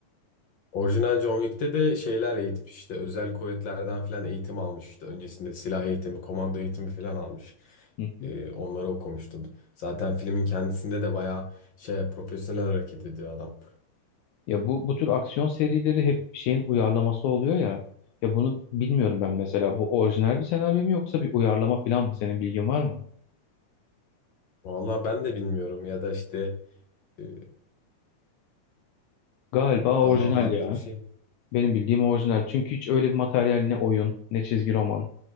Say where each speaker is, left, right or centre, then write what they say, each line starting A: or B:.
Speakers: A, on the left; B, on the left.
A: Orijinal John Wick'te de şeyler eğitmiş işte özel kuvvetlerden falan eğitim almış işte öncesinde silah eğitimi, komando eğitimi falan almış.
B: Hı hı.
A: Ee, onları okumuştum. Zaten filmin kendisinde de bayağı şey profesyonel hareket ediyor adam.
B: Ya bu bu tür aksiyon serileri hep bir şeyin uyarlaması oluyor ya. Ya bunu bilmiyorum ben mesela. Bu orijinal bir senaryo mu yoksa bir uyarlama falan mı? Senin bilgin var mı?
A: Vallahi ben de bilmiyorum ya da işte e,
B: Galiba orijinal
A: daha farklı
B: ya.
A: bir şey.
B: Benim bildiğim orijinal. Çünkü hiç öyle bir materyal ne oyun, ne çizgi roman,